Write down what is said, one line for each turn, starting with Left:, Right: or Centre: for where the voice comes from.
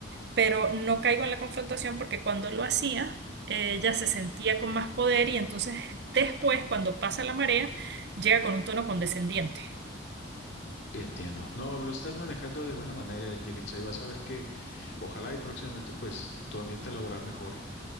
Right: Pero no caigo en la confrontación porque cuando lo hacía, eh, ella se sentía con más poder y entonces después, cuando pasa la marea, llega con un tono condescendiente.
Left: Entiendo. No, lo estás manejando de buena manera, Yelitza, y vas a ver que Ojalá y próximamente pues tu ambiente laboral mejore.